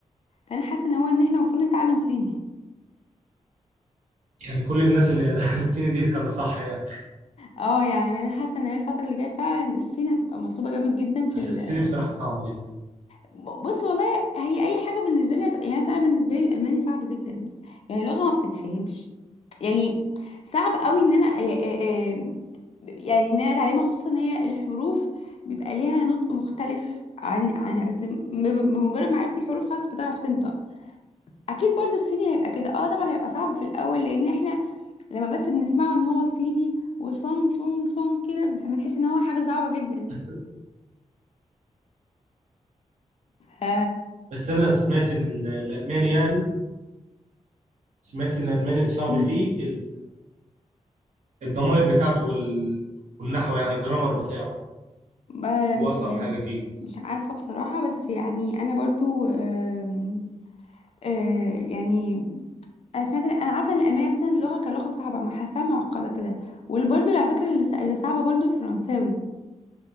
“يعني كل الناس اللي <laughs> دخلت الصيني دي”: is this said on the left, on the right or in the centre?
Right